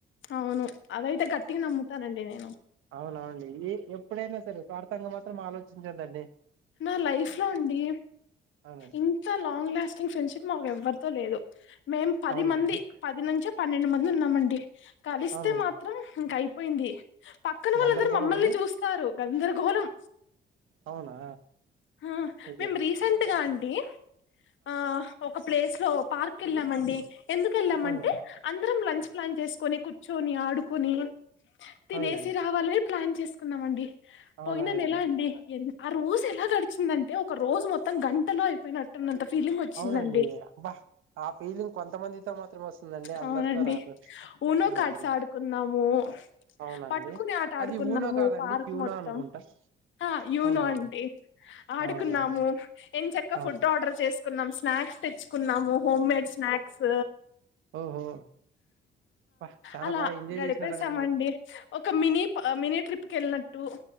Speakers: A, on the left (about 75°); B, on the right (about 85°).
A: అవును అదైతే గట్టిగ నమ్ముతానండి నేను
B: అవునఅండి ఏ ఎప్పుడైనా సరే స్వార్థంగా మాత్రం ఆలోచించొద్దండి
A: నా లైఫ్లో అండి
B: అవునండి
A: ఇంత లాంగ్ లాస్టింగ్ ఫ్రెండ్షిప్ మాకు ఎవ్వరితో లేదు మేము పది
B: అవునా
A: మంది
B: అండి
A: పది నుంచి పన్నెండు మంది ఉ న్నామండి కలిస్తే
B: అవునండి
A: మాత్రం ఇంక అయిపోయింది పక్కన వాళ్ళందరుూ
B: గందరగోళం
A: మమ్మల్
B: అండి
A: నే చూస్తారు గంధర్ గో లం
B: అవునా
A: ఆ
B: అయ్యో
A: మేము రీసెంట్ గా అం డి ఆ ఒక ప్లేస్ లో పార్క్ వెళ్ళామండి ఎందుకు వెళ్ళామంటే
B: అవునండి
A: అందరం లంచ్ ప్లాన్ చేసుకొని కూర్చొని ఆడుకుని తినేసి
B: అవునండి
A: రావాలే ప్లాన్ చేసుకున్నామండి
B: అవునవునండి
A: పోయినా నెల అండి ఎ ఆ రోజ్ చిందంటే ఒక రోజు మొత్తం గంటలో అయిపోయినట్టునంత ఫిలింగ్ వచ్చిందండి
B: అవునండి అబ్బా ఆ ఫీలింగ్ కొంతమందితో మాత్రమే వస్తుందండి
A: అవునండి
B: అందరితో రాదు
A: ఊనో
B: అవునవునండి
A: కట్స్ ఆడుకున్నాము
B: అవునండి
A: పట్టుకుని ఆట ఆడుకున్నాము
B: అది ఊనో కాదండి
A: పార్క్
B: యూనో
A: మొత్తం
B: అనుకుంటా
A: ఆ యూనో
B: అవునవును
A: అంటే ఆడుకున్నాము
B: అవునవును
A: ఎం చక్క
B: అవును
A: ఫుడ్ ఆర్డర్ చేసుకున్నాం స్నాక్స్ తెచ్చుకున్నాము హోమ్ మేడ్ స్నాక్స్
B: ఓహో అబ్బా చాలా
A: అలా
B: బాగా ఎంజాయ్
A: గడిపేేశామండి
B: చేసినారండి
A: ఒక మినీ మినీ ట్రిప్ క వెళ్ళినట్టు